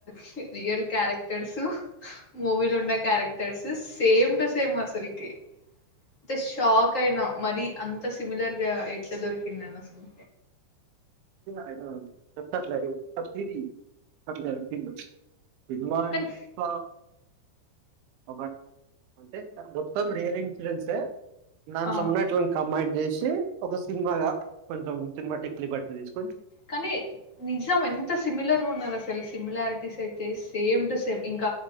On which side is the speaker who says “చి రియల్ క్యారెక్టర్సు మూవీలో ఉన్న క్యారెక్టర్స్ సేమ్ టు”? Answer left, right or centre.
Left